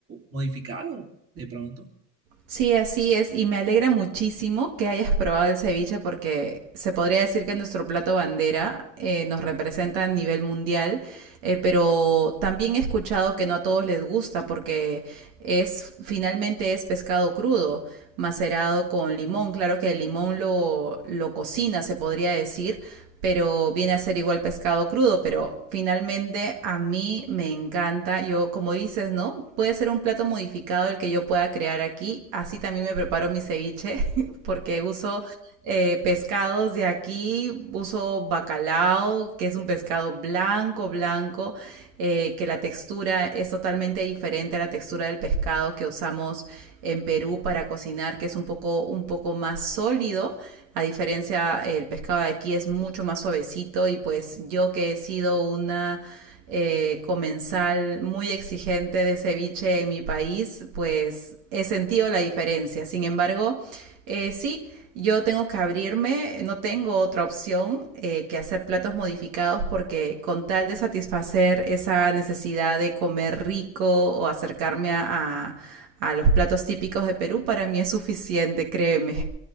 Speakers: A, on the right; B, on the right.
A: modificado de pronto.
B: Sí, así es, y me alegra muchísimo que hayas probado el ceviche porque se podría decir que nuestro plato bandera eh, nos representa a nivel mundial, eh, pero también he escuchado que no a todos les gusta porque es finalmente es pescado crudo, macerado con limón. Claro que el limón lo, lo cocina, se podría decir, pero viene a ser igual pescado crudo, pero finalmente a mí me encanta, yo como dices, ¿no? Puede ser un plato modificado el que yo pueda crear aquí, así también me preparo mi ceviche, <laughs> porque uso eh, pescados de aquí, uso bacalao, que es un pescado blanco, blanco, eh, que la textura es totalmente diferente a la textura del pescado que usamos en Perú para cocinar, que es un poco, un poco más sólido. A diferencia, el pescado de aquí es mucho más suavecito y pues yo que he sido una eh, comensal muy exigente de ceviche en mi país, pues he sentido la diferencia. Sin embargo, eh, sí, yo tengo que abrirme, no tengo otra opción eh, que hacer platos modificados porque con tal de satisfacer esa necesidad de comer rico o acercarme a, a- los platos típicos de Perú, para mí es suficiente, créeme.